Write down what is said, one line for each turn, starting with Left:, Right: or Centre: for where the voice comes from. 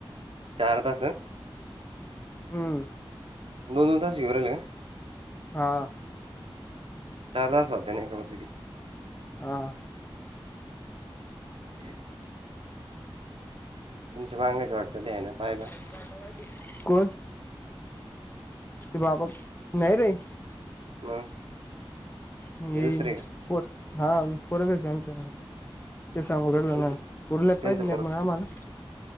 Right: चार तास.
Left: हम्म.
Right: दोन दोन तास येऊ राहिल्या का.
Left: हां.
Right: त्यालासा त्यानं एकवा पिढीत
Left: हां.
Right: <inaudible> तुमच्या बांगाच्या वाटतं द्यायना पाहायला.
Left: साईटला व्हा कि, कोण ते बाबा, नाही रे.
Right: मग
Left: मी
Right: हे दुसरे का
Left: कोण, ये हा फरकच आमच्या ते सांगून ना उरलं
Right: त्यांच
Left: नाही, उरलेच
Right: त्यांचं
Left: पाहिजे नाही मग आम्हाला.